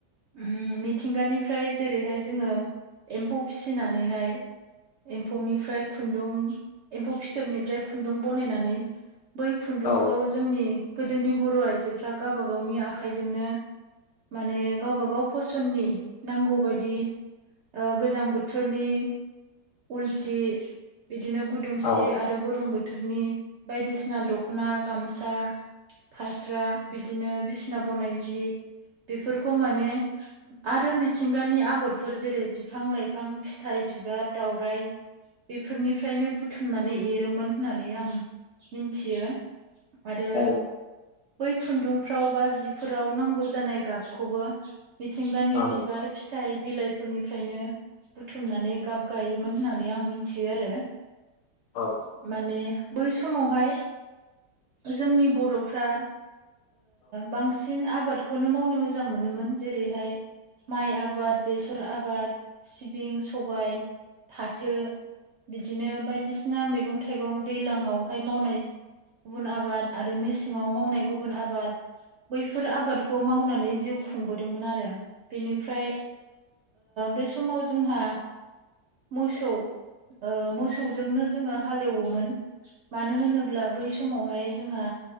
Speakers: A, on the right; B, on the left.
A: ओम मिथिंगानिफ्राय जेरैहाय जोङो एम्फौ फिनानैहाय एम्फौनिफ्राय खुन्दुं एम्फौ फिथोबनिफ्राय खुन्दुं बनायनानै बै खुन्दुंखौ
B: औ
A: जोंनि गोदोनि बर' आइजोफ्रा गावबागावनि आखाइजोंनो माने गावबागाव फसननि नांगौबायदि ओ गोजां बोथोरनि उलसि बिदिनो गुदुंसि
B: औ
A: आरो गरम बोथ थोरनि बायदिसिना दख'ना गामसा फास्रा बिदिनो बिसना बनाय जि। बेफोरखौ माने आरो मिथिंगानि आगरफोर जेरै बिफां लाइफां फिथाइ बिबार दावराइ। बेफोरनिफ्रायनो बुथुमनानै एरोमोन होननानै आं मिन्थियो। आरो
B: औ
A: बै खुन्दुंफ्राव बा जिफोराव नांगौ जानाय गाबखौबो, मिथिंगानि
B: औ
A: बिबार फिथाइ बिलाइफोरनिफ्रायनो बुथुमनानै गाब गायोमोन होननानै आं मिथियो आरो।
B: औ
A: माने बै समावहाय जोंनि बर'फ्रा बांसिन आबादखौनो मावनो मोजां मोनोमोन जेरैहाय माइ आबाद, बेसर आबाद, सिबिं, सबाय, फाथो। बिदिनो बायदिसिना मैगं थाइगं दैज्लाङआवहाय मावनाय गुबुन आबाद आरो मेसेंआउ मावनाय गुबुन आबाद बैफोर आबादखौ मावनानै जिउ खुंबोदोंमोन आरो। बेनिफ्राय बे समाव जोंहा मोसौ, मोसौजोंनो जोङो हालेवोमोन। मानो होनोब्ला बै समावहाय जोंहा